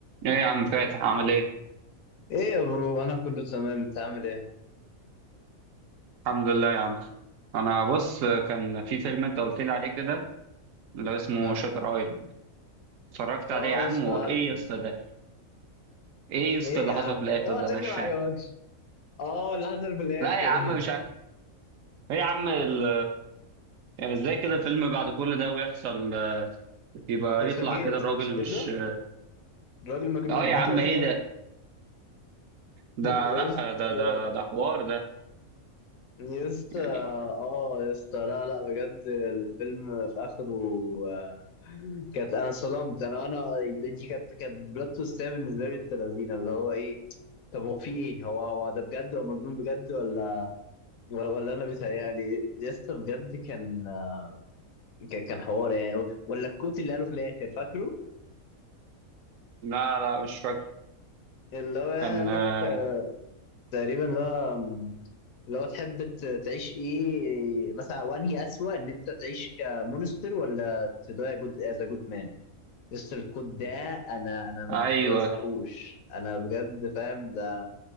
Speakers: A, on the right (about 70°); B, on the left (about 75°).
A: ايه يا عم فاتح عامل ايه؟
B: ايه يا برو انا كله تمام انت عامل ايه
A: الحمد لله يا عم انا بص كان في فيلم انت قلت لي عليه كده اللي هو اسمه
B: اه
A: شاتر ايلاند اتفرجت عليه
B: اه
A: يا عم
B: يا اسطى
A: وايه
B: عارفه
A: يا اسطى ده؟ ايه يا اسطى
B: ايه
A: اللي
B: يا
A: حصل
B: عم
A: في الاخر
B: اوعى
A: ده
B: تقول
A: انا مش
B: لي ما
A: فاهم
B: عجبكش اه اللي حصل في الاخر
A: لا يا عم مش عارف ايه يا عم ال يعني ازاي كده الفيلم بعد كل ده ويحصل آه،
B: <laughs>
A: يبقى
B: اتفاجئت
A: يطلع كده الراجل
B: مش كده
A: مش اه
B: الراجل مجنون
A: آه يا
B: <laughs>
A: عم ايه ده؟ ده
B: يا
A: لا
B: اسطى
A: ده ده ده حوار ده
B: يا اسطى
A: يعني
B: اه يا اسطى لا لا بجد الفيلم في اخره آه، كانت انا صدمت انا انا دي كانت كانت بلوت تويستيه بالنسبه لي التلازينه اللي هو ايه طب هو في ايه هو هو ده بجد هو مجنون بجد ولا ولا ولا انا بيتهيألي يا اسطى بجد كان آه، كان كان حوار يعني و- ولا الكوت اللي قاله في الاخر فاكره
A: لا لا مش فاكر
B: اللي هو يعني
A: كان
B: قال
A: آه،
B: لك آه، تقريبا اللي هو م، اللي هو تحب ت- تعيش ايه مثلا وانهي اسوأ ان انت تعيش كمونستر ولا تضيع جود از جود مان يس الكوت ده انا انا ما
A: ايوه
B: ما بنساهوش انا بجد فاهم ده